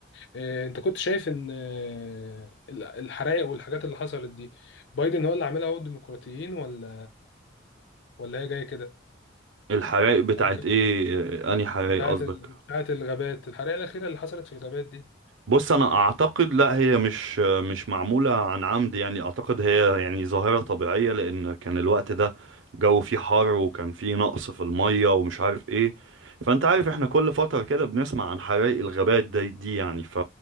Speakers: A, on the left; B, on the right.
A: إيه انت كنت شايف ان إيه، ال- الحرائق والحاجات اللي حصلت دي بايدن هو اللي عاملها هو الديمقراطيين ولا ولا هي جايه كده
B: الحرائق بتاعت
A: يعني كانت
B: ايه آه، انهي
A: بتاعت
B: حرائق قصدك
A: ال- بتاعت الغابات الحرائق الاخيره اللي حصلت في الغابات
B: بص انا اعتقد لا هي مش مش معموله عن عمد يعني اعتقد هي يعني ظاهره طبيعيه لان كان الوقت ده جو فيه حر وكان فيه نقص في الميه ومش عارف ايه فانت عارف احنا كل فتره كده بنسمع عن حرائق الغابات دي, دي يعني ف